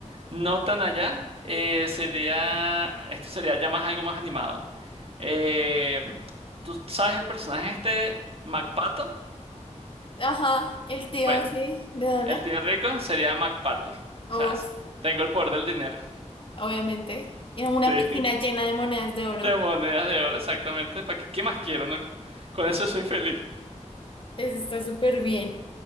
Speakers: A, on the right; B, on the left.
A: No tan allá, eh, sería, esto sería ya más algo más animado. Eh, ¿tú sabes el personaje este, MacPato?
B: Ajá, el tío,
A: Bueno,
B: sí, de Donna.
A: el tío rico sería MacPato, ¿sabes?
B: Uf,
A: Tengo el poder del dinero,
B: obviamente. En una
A: sí, <laughs>
B: piscina llena de monedas de oro.
A: de monedas de oro, exactamente, ¿para qué, qué más quiero? no? Con eso soy feliz,
B: Ese está súper bien.